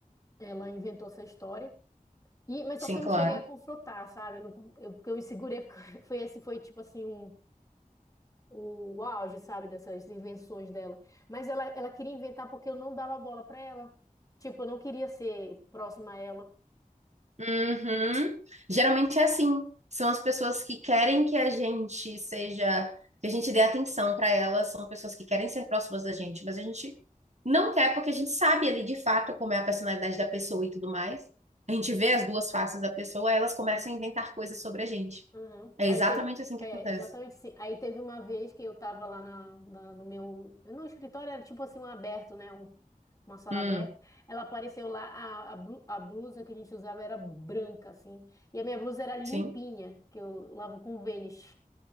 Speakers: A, on the left; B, on the right.
A: ela inventou essa história. E, mas
B: Sim,
A: só que eu não
B: claro.
A: cheguei a confrontar, sabe? Eu, não eu- porque eu me segurei, porque <laughs> foi esse foi tipo assim um, o, o auge, sabe, dessas invenções dela. Mas ela, ela queria inventar porque eu não dava bola para ela. Tipo, eu não queria ser próxima a ela.
B: Uhum. Geralmente é assim. São as pessoas que querem que a gente seja, que a gente dê atenção para elas, são pessoas que querem ser próximas da gente, mas a gente não quer porque a gente sabe ali de fato como é a personalidade da pessoa e tudo mais. A gente vê as duas faces da pessoa, aí elas começam a inventar coisas sobre a gente.
A: Uhum.
B: É
A: Aí
B: exatamente
A: teve,
B: assim
A: é,
B: que acontece.
A: exatamente assim. Aí teve uma vez que eu tava lá na, na- no meu, no escritório era tipo assim um aberto, né? Um, uma sala
B: Hum,
A: aberta. Ela apareceu lá, a, a, blu- a blusa que a gente usava era branca, assim. E a minha blusa era limpinha,
B: sim,
A: que eu lavo com Vênus.